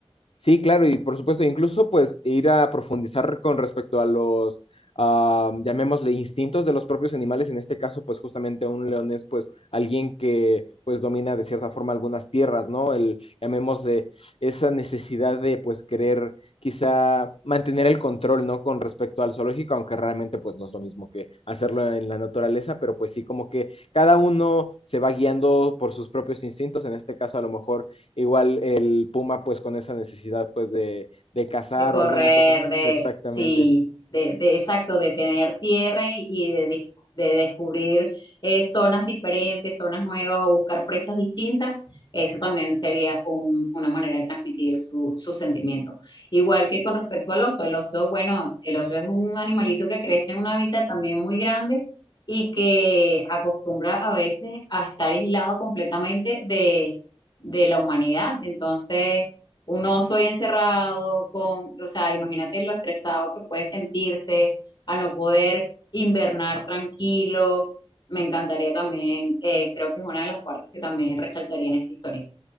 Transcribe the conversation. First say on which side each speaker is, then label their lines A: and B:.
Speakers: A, on the left (about 65°); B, on the left (about 45°).
A: Sí, claro, y por supuesto, incluso pues ir a profundizar con respecto a los, ah, llamémosle, instintos de los propios animales, en este caso pues justamente un león es pues alguien que pues domina de cierta forma algunas tierras, ¿no? El, llamémosle, esa necesidad de pues querer quizá mantener el control, ¿no? Con respecto al zoológico, aunque realmente pues no es lo mismo que hacerlo en la naturaleza, pero pues sí, como que cada uno se va guiando por sus propios instintos, en este caso a lo mejor Igual el puma, pues con esa necesidad, pues de, de cazar
B: De correr,
A: o alguna cosa.
B: de,
A: Exactamente.
B: sí, de, de exacto, de tener tierra y, y de, dis- de descubrir eh, zonas diferentes, zonas nuevas o buscar presas distintas, eso también sería un- una manera de transmitir su, su sentimiento. Igual que con respecto al oso, el oso, bueno, el oso es un animalito que crece en un hábitat también muy grande y que acostumbra a veces a estar aislado completamente de, de la humanidad. Entonces un oso ahí encerrado con, o sea, imagínate lo estresado que puede sentirse al no poder invernar tranquilo. Me encantaría también, eh, creo que es una de las partes que también resaltaría en esta historia.